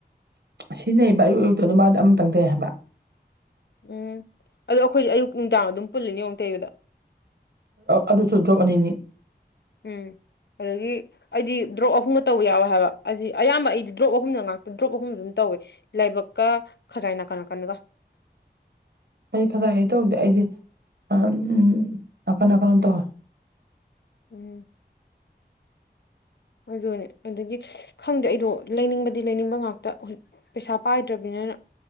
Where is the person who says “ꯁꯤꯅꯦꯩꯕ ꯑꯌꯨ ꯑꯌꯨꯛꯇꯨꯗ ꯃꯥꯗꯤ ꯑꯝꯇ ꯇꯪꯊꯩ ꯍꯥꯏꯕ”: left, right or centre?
Right